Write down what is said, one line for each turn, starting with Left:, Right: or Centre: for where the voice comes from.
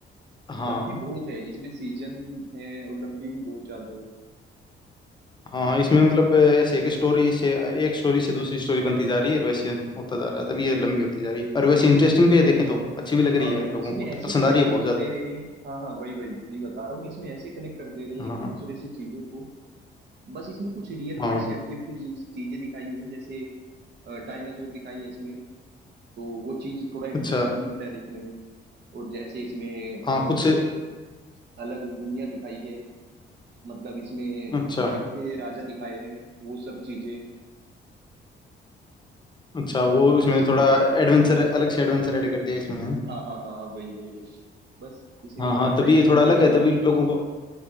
Left: हाँ
Right: लंबी बहुत है इसमें सीजन है और लंबी भी बहुत ज्यादा है
Left: हाँ हाँ, इसमें मतलब अ, ऐसे एक स्टोरी से एक स्टोरी से दूसरी स्टोरी बनती जा रही है और वैसे होता जा रहा है तभी ये लंबी होती जा रही है और वैसे इंटरेस्टिंग भी है देखें तो अच्छी भी लग रही
Right: हाँ
Left: है लोगों
Right: इसमें
Left: को तो
Right: ऐसे
Left: पसंद
Right: कनेक्ट
Left: आ रही है बहुत
Right: कर
Left: ज़्यादा
Right: दे रहे हैं हाँ हाँ वही वही जी बता रहा हूँ मैं इसमें ऐसे कनेक्ट कर दे रहे हैं
Left: हाँ
Right: एक दूसरे से चीजों को बस इसमें कुछ रियल वर्ल्ड
Left: हाँ
Right: से हटके भी कुछ चीजें दिखाई हैं जैसे डायनासोर दिखाई है इसमें तो वो चीज थोड़ा इंटरेस्टिंग
Left: अच्छा
Right: लगता है देखने में और जैसे इसमें
Left: हाँ कुछ
Right: अ, अलग दुनिया दिखाई है मतलब इसमें
Left: अच्छा
Right: बर्फ के राजा दिखाए हैं वो सब चीजें
Left: अच्छा
Right: बहुत
Left: वो
Right: इंटरेस्टिंग
Left: इसमें थोड़ा
Right: लगी है देखने में।
Left: एडवेंचर अलग से एडवेंचर ऐड कर दिया इसमें
Right: हाँ हाँ हाँ हाँ वही वही वही बस इसी
Left: हाँ
Right: में थोड़ा
Left: हाँ
Right: टाइम
Left: तभी ये
Right: ज्यादा
Left: थोड़ा अलग
Right: लग
Left: है तभी
Right: रहा है
Left: लोगों को